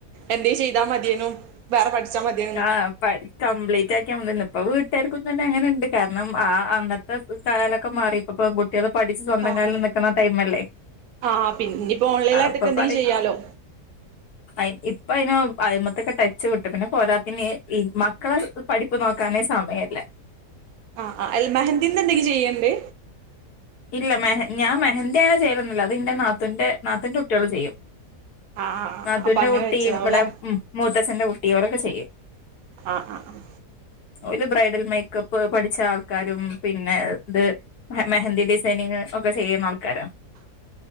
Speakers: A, on the right; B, on the left.
A: എന്ത ചെയ്താ മതിയേനു വേറെ പഠിച്ചാ മതി
B: ആഹ് പടി കംപ്ലീറ്റ് ആക്കിയാ വന്ന് ഇപ്പ വീട്ടുകാർക്കും തന്നെ അങ്ങനെണ്ട് കാരണം ആഹ് അന്നത്തെ കാലൊക്കെ മാറിപ്പപ്പോ- കുട്ടിയാൾ പഠിച്ചു സ്വന്തം
A: ആഹ്
B: കാലിൽ നക്കണ ടൈമല്ലേ
A: ആഹ് പിന്നെപ്പോ ഓൺലൈനായിട്ടൊക്കെ
B: അപ്പൊ
A: എന്തെങ്കിലും
B: പറയിം
A: ചെയ്യാലോ
B: അഹ് ഇപ്പ അതിനന് അയ്മത്തൊക്കെ ടച്ച് വിട്ടിക്കൻ പിന്നെ പോരാത്ത പിന്ന മക്കളെ പഠിപ്പ് നോക്കാനേ സമയല്ല
A: ആഹ് ആഹ് അൽ മഹന്തിന്ന് എന്തെങ്കിലും ചെയ്യൽണ്ട്
B: ഇല്ല മെഹൻ ഞാൻെഹന്ദതിയങ്ങനെ ചെയ്യലൊന്നുല്ല അത് ഇന്റെ ന്റെ നാത്തിന്റെ കുട്ടികള് ചെയ്യും
A: ആഹ് ആഹ്
B: നാത്തൂന്റെ
A: അപ്പൊ അങ്ങനെ
B: കുട്ടിയും
A: വെച്ചതാവുംല്ലേ
B: ഇവിടെ മൂത്തച്ഛൻ്റെ കുട്ടിയും ഓരൊക്കെ ചെയ്യും
A: ആഹ് അഹ്
B: ഓല് ബ്രൈഡൽ മേക്കപ്പ് പഠിച്ച ആൾക്കാരും പിന്നെ ഇ മെഹന്ദീ ഡിസൈനിങ് ഒക്കെ ചെയ്യുന്ന ആൾക്കാരാ